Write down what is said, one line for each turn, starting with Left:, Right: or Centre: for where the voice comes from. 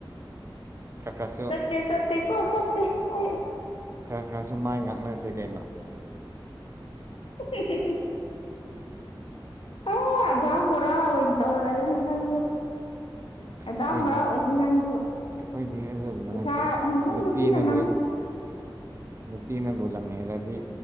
Right: ꯈꯔ ꯈꯔꯁꯨ
Left: ꯆꯠꯇꯦ ꯆꯠꯇꯦꯀꯣ ꯆꯠꯇꯦ ꯑꯩ꯫
Right: ꯈꯔ ꯈꯔꯁꯨ ꯃꯥꯏ ꯉꯥꯛꯅꯁꯦ ꯀꯩꯅꯣ꯫
Left: <inaudible> ꯑ ꯑꯗꯥꯃꯣꯔꯥ ꯑꯣꯏꯅ ꯇꯧꯔꯗꯅ ꯅꯪꯁꯨ꯫ <inaudible> ꯑꯗꯥ
Right: ꯑꯩꯈꯣꯏꯗꯤ
Left: ꯃꯣꯔꯥ ꯑꯣꯏꯅꯤ ꯅꯪꯁꯨ
Right: ꯑꯩꯈꯣꯏꯗꯤ ꯑꯗꯨꯒꯨꯝꯕ
Left: ꯄꯩꯁꯥ
Right: ꯅꯠꯇꯦ
Left: ꯅꯪ
Right: ꯅꯨꯄꯤꯅꯕꯨ
Left: ꯅꯨꯄꯤꯅ ꯉꯝꯅꯤ
Right: ꯅꯨꯄꯤꯅꯕꯨ ꯂꯝ ꯍꯦꯜꯂꯗꯤ